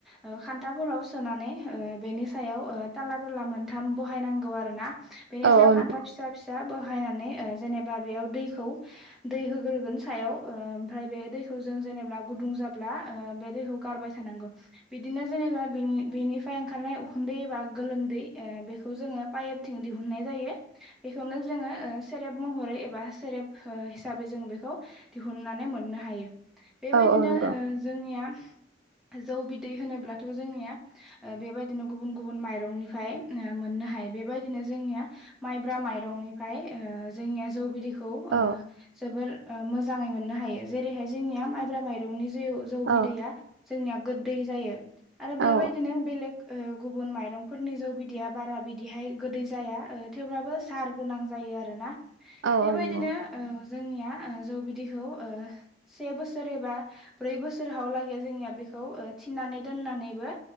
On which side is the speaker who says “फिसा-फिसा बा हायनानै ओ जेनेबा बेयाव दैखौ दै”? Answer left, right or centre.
Centre